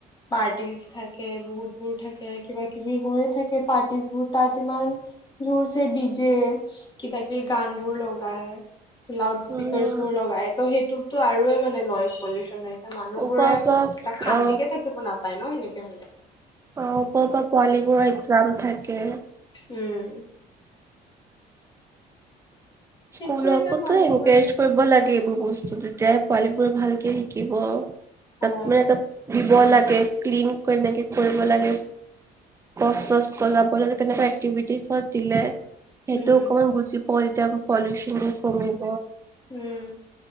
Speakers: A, on the left; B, on the right.
A: পাৰ্টিজ থাকে বহুত বোৰ থাকে কিবা কিবি। হৈ থাকে পাৰ্টিবোৰ তাত ইমান জোৰছে ডিজে কিবা কিবি গান। বোৰ লগাই লাউড স্পীকাৰছ
B: উম
A: বোৰ লগাই ত' সেইটোতো আৰু মানে নইজ পলিউচন হৈছে মানুহবোৰে
B: ওপৰৰ পৰা
A: শান্তিকে
B: অ
A: থাকিব নাপায় ন সেনেকে হলে।
B: অ ওপৰৰ পৰা পোৱালীবোৰৰ এক্জাম থাকে
A: উম। সেইটোয়ে
B: স্কুলতো
A: এতিয়া মানুহবোৰে
B: এনকাৰজ কৰিব লাগে। এইবোৰ বস্তু তেতিয়া পোৱালি বোৰে ভালকে শিকিব তাত
A: অ
B: মানে ত দিব লাগে। ক্লিন কেনেকে কৰিব লাগে। গছ চছ যাব লাগে তেনেকুৱা এক্টিভিটিত দিলে। সেইটো
A: উম
B: অকণমান বুজি পাও যেতিয়াৰ পলিউশন কমিব।
A: উম